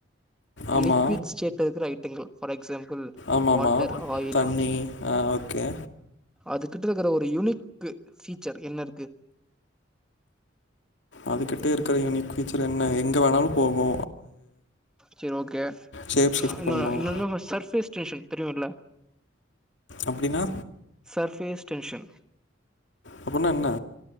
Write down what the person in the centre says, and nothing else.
லிக்விட் ஸ்டேட் இருக்கிற ஐட்டங்கள் ஃபார் எக்ஸாம்பிள்
வாட்டர் ஆயில்
அதுகிட்ட இருக்கிற ஒரு யூனிக் ஃபீச்சர் என்ன இருக்கு
சரி ஓகே
இன்னு
இன்னொன்னு சர்ஃபேஸ்டேஷன் தெரியுல்ல
சர்ஃபேஸ்டேஷன்